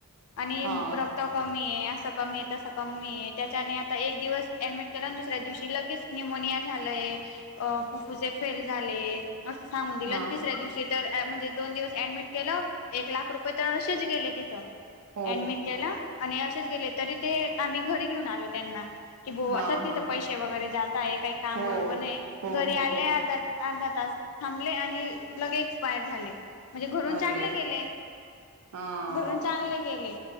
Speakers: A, on the left; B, on the right.
A: आणि
B: हा हा
A: र क्त कमी आहे असं कमी आहे तसं कमी आहे त्याच्याने आता एक दिवस ऍडमिट केलं आणि दुसऱ्या दिवशी की लगेच निमोनिया झालंय अ फुफ्फुसे फेल झाले असं सांगुन दिलं
B: हा
A: आणि तिसऱ्या दिवशी तर म्हणजे दोन दिवस ऍडमिट केलं एक लाख रुपये तर असेच गेले तिथं
B: हो
A: ऍडमिट केलं आणि असेच गेले तरी ते आम्ही घरी घेऊन आलो त्यांना की ब
B: हा
A: असंच तिथ
B: हा
A: पैसे वगैरे जात आहे काही काम
B: हो
A: बरोबर नाही
B: हो
A: घरी
B: हो
A: आले
B: हो
A: अर्धा ता. अर्धा तास थांबले आणि लगे एक्सपायर झाले. म्हणजे घरून
B: अरे
A: चांगले गेले
B: हा
A: घरून चांगले गेले.